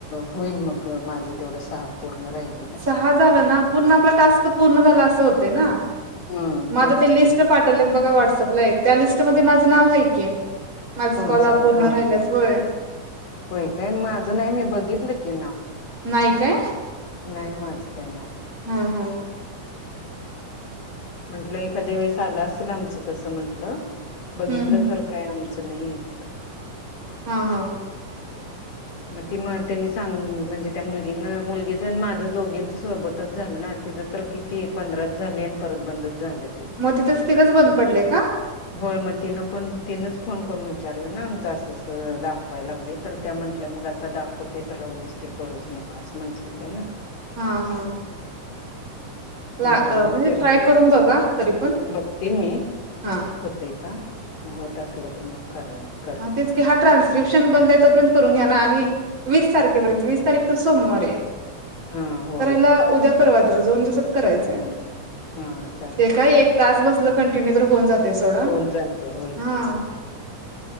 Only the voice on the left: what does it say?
होईल मग माझं तेवढं सहा पूर्ण राहिलेलं.
हम्म
तेच
की हो
तुमचं
हा
हा.
होय काय माझं नाही मी बघितलं की नाव
नाही माझ काही ना.
म्हंटलं एखाद्या वेळेस आला असेल आमचं तसं म्हंटलं बघितलं
खर. काय आमचं नाही आहे त्यात
मग ती मग त्यांनी सांग म्हणजे त्या मुलगीना मुलगीचं माझं दोघींचं सोबतच झालं ना तिचं तर कि ते पंधराच झाली आणि परत बंदच झाले.
होय मग तिनं पण तिनच फोन करून विचारलं ना आमचं असं दाखवायला लागली तर त्या म्ह मग आता दाखवते तर राहू दिस ते करूच नका असं म्हंटलेलं ना.
म्हणताना
मग ते राहिलं
ते
बघते मी
होतय का मग होत असलं तर मग करा. करेन
हा. होय
हम्म हा चालतय
की
होऊन जातय होयच
की